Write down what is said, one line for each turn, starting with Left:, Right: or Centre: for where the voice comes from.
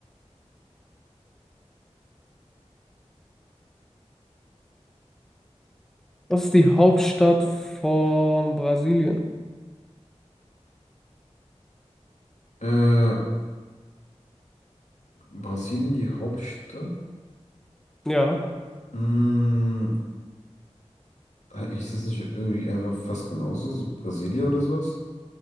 Centre: Was ist die Hauptstadt von Brasilien?
Left: Äh, Brasilien, die Hauptstadt?
Centre: Ja,
Left: Hm, ist das nicht irgendwie einfach fast genauso? So Brasilia oder sowas?